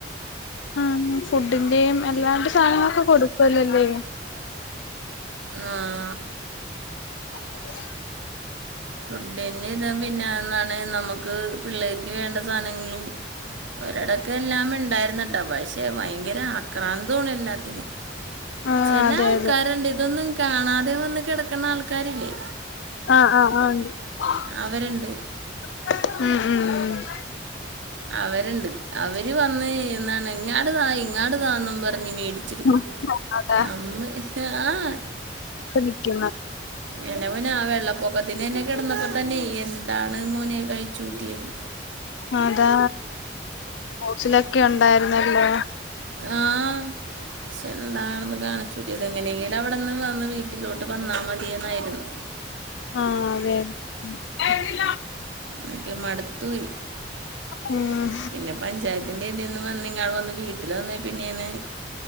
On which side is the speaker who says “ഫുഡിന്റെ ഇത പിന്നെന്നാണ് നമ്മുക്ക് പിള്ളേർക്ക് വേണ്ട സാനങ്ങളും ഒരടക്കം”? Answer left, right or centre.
Right